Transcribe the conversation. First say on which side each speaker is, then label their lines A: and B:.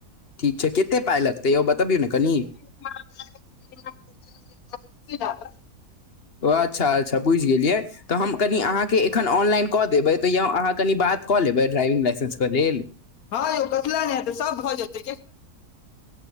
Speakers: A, on the left (about 45°); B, on the left (about 70°).
A: ठीक छै केते पाय लगतै यौ बतबियौ न कनि
B: <inaudible>
A: ओ अच्छा अच्छा बुझि गेलियै तऽ हम कनि अहाँके एखन ऑनलाइन कऽ देबै तऽ यौ अहाँ कनि बात कऽ लेब ड्राइविंग लाइसेंस के लेल
B: हँ यौ कथिला नहि हेतै सब भऽ जेतै